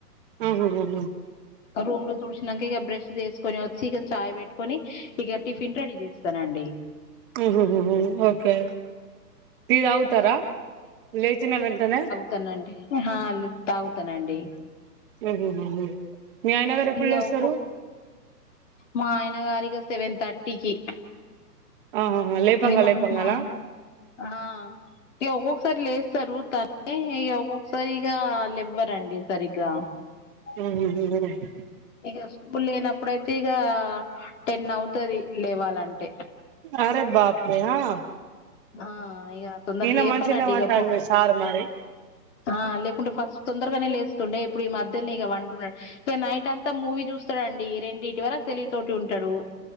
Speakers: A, on the right; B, on the left.
A: ఆహహా
B: రూమ్ లో చుడిసినాక ఇక బ్రష్ చేసుకొని వచ్చి ఇక చాయ్ పెట్టుకొని ఇగా టిఫిన్ రెడీ చేస్త స్తానండి
A: ఉహ్ హ్ హ్ ఓకే టీ తగుతారా
B: ఇగ
A: లేచిన వెంటనే
B: తనండి అహా లే తాగుతానండి.
A: ఉహ్ హ్ హ్ మీ అయనగారు ఏప్పుడు
B: ఇగ
A: లేస్తరు.
B: ఒక్కో మా ఆయన గారిగా సెవెన్ థర్టీకి
A: ఆహాహా లేపంగా
B: ఏమో
A: లేపంగానా
B: మా ఆయన ఆ ఇగా ఒక్కొక్కసారి లేస్తారు. తనే ఒక్కొక్కసారిగా లేవ్వరండి సరిగ్గా అ
A: ఉహ్ హ్ హ్
B: ఇగ స్కూల్ లేనప్పుడుయితే ఇగా టెన్ అవుతది లేవాలంటే
A: అరే బాప్రే ఆ
B: ఆ ఇగ తొందర
A: ఈయన
B: లేపనండి.
A: మంచిగనే పంటాడు
B: ఇగ పో
A: మీ సారు మరి
B: ఆ లేకుంటే ఫస్ట్ తొందరగానే లేస్తుండే ఇప్పుడు ఈ మధ్యలానే ఇగ పంటున్నాడు. ఇగ నైట్ అంతా మూవీ చూస్తాడు అండి రెండిటి వరకు తెలివి తోటి ఉంటాడు.